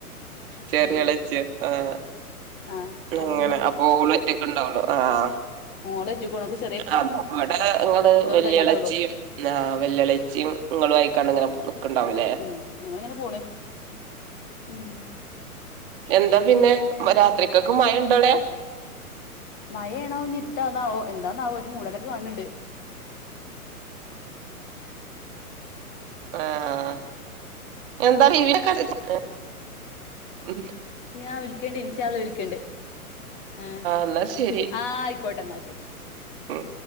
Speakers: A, on the right; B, on the left.
A: ചെറിയെളെച്ചി
B: ഉം
A: ആഹ്
B: ആഹ്
A: ഇങ്ങനെ
B: അപ്പൊ
A: അപ്പോളൊറ്റക്കെണ്ടാവുള്ളു ആഹ്
B: മോളറ്റക്കൊള്ളൂ അപ്പ സ്
A: ആഹ് അവടെ ഇങ്ങൾത് വെല്ല്യളെച്ചിം
B: കഴിഞ്ഞിട്ടുള്ളൂ
A: ആഹ് വെല്ല്യേളെച്ചിം ഇങ്ങളുവായിക്കാണ്ട് ഇങ്ങനെ നിക്കണ്ടാവുല്ലേ.
B: അങ്ങനിങ്ങനെ പോണ് ഉം
A: എന്താ പിന്നെ
B: ഏ
A: രാത്രിക്കക്കെ മയണ്ടോവിടെ?
B: മയെണോ ഞിരിട്ടാവന്നാവോ എന്താന്നാവോ ഒരു മൂടലൊക്കെ കാണ് ണ്ട്.
A: ആഹ് എന്താലു ഇവിടക്കെ <unintelligible> ഉം
B: ഞാൻ വിളിക്കെണ്ട് ഇൻഷാള്ള വിളിക്കെണ്ട് ആഹ്
A: എന്നാ ശരി
B: ആയിക്കോട്ടെ എന്നാ ശെരി.
A: ഉം